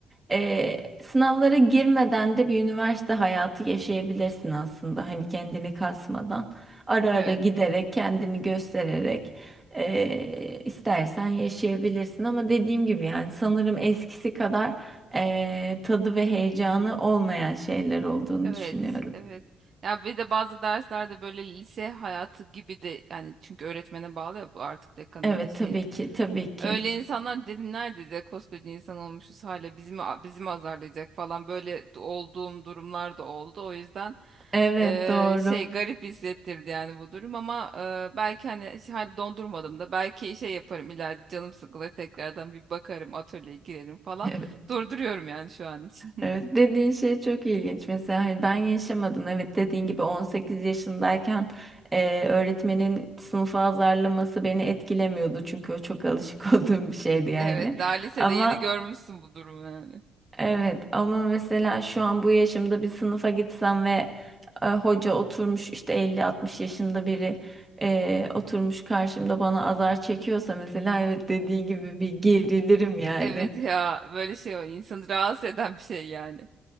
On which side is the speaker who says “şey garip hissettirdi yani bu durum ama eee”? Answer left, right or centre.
Right